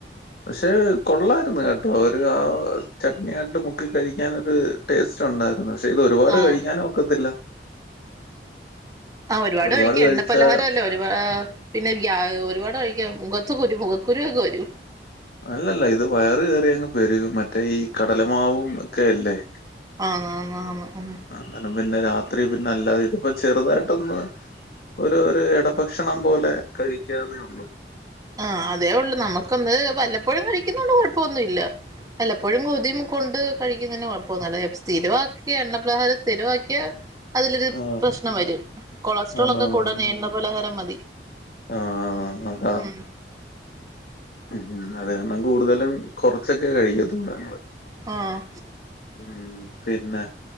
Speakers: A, on the left; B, on the right.
A: പക്ഷെ കൊള്ളാരുന്നു കേട്ടോ ഒരു ആഹ് ചട്നിയായിട്ട് മുക്കി കഴിക്കാൻ ഒരു ടേസ്റ്റ്. ഉണ്ടായിരുന്നു പക്ഷെ ഇത് ഒരുപാട്
B: ആഹ്
A: കഴിക്കാനും ഒക്കത്തില്ല.
B: ആഹ് ഒരു പാട്
A: ഒരുപാട്
B: കഴിക്കും
A: കഴിച്ചാ
B: എണ്ണ പലഹാരം അല്ലേ ഒരുപാ പിന്നെ ഗ്യ ഒരുപാട് കഴിക്കാ. മുഖത്ത് കുരു മുഖക്കുരുവൊക്കെ വരും.
A: അല്ലല്ല ഇത് വയറ് കയറി അങ്ങ് പെ രു ക്കും മറ്റേ ഈ കടലമാവും ഒക്കെ അല്ലേ.
B: ആന്നാ ആന്നാ ആന്നാ ആന്നു
A: അന്നേരം പിന്നെ രാത്രി പിന്നെ അല്ലാതെ ഇതിപ്പ ചെറുതായിട്ടൊന്ന്. ഒരു ഒരു ഇടഭക്ഷണം പോലെ കഴിക്കാന്നേള്ളൂ.
B: ആഹ് അതേ ഉള്ളൂ നമുക്കൊന്ന് വല്ലപ്പോഴും കഴിക്കുന്ന കൊണ്ട് കുഴപ്പമൊന്നുമല്ല വല്ലപ്പോഴും കൊതി കൊണ്ട് കഴിക്കുന്നതിന് കൊഴപ്പൊന്നുല്ല ഇപ്പ സ്ഥിരവാക്കിയ എണ്ണപ്പലഹാരം സ്ഥിരമാക്കിയ. അതിലൊരു
A: ആ.
B: പ്രശ്നം വരും കൊളസ്ട്രോൾ
A: ആന്നാന്നാന്നാന്ന്.
B: ഒക്കെ കൂടാൻ എണ്ണ പലഹാരം മതി.
A: ആ ആ അ ഒകെ
B: അ
A: ഉ അത് കാരണം കൂടുതലും കുറച്ചൊക്കെ കഴിക്കത്തൊള്ള് ഞങ്ങള്.
B: ആഹ്
A: ഉം പിന്നെ.